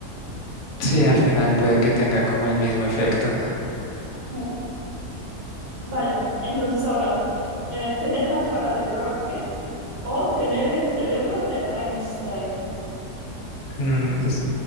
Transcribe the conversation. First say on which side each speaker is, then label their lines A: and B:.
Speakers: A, on the left; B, on the right.
A: sí, al final puede que tenga como el mismo efecto.
B: Mm. Vale, entonces ahora, eh, tener la cara de Brad Pitt o tener el cerebro de Einstein.
A: Mm, es